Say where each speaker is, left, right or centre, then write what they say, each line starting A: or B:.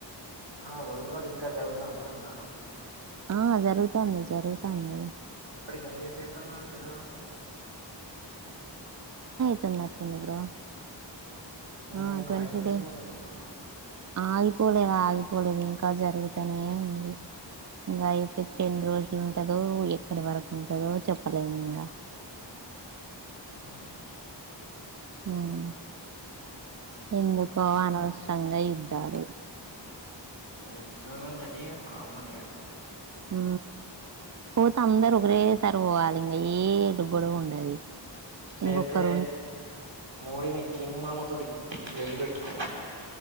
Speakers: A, on the right; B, on the right.
A: ఆహా వరల్డ్ వార్ ఇంకా జరుగుతాందా అంటనా.
B: ఆ జరుగుతాంది జరుగుతాంది.
A: ఇప్పటికి ఎన్ని డేస్ అయితాంది అది జరగబట్టి.
B: అయితున్నట్టు ఉంది బ్రో. ఆ
A: నేను
B: ట్వంటీ
A: ఆగిపోయింది
B: డే
A: అనుకుంటున్నా.
B: ఆగిపోలేదు ఆగిపోలేదు ఇంకా జరుగుతనే ఉంది. ఇంగా ఎఫెక్ట్ ఎన్ని రోజులు ఉంటదో, ఎక్కడి వరకు ఉంటదో చెప్పలేము ఇంగా.
A: ఆహా
B: హ్ ఎందుకో అనవసరంగా యుద్దాలు.
A: యుద్దాలు అనేటియి కామనే ఇగా.
B: హ్ పోతే అందరు ఒకటే సారి పోవాలే ఇంగా ఏ గొడవా ఉండది.
A: లేకపోతే
B: ఇంకొక్కరు
A: మోడిని కింగ్ మామా తోటి లోల్లి పెట్టుకోమను.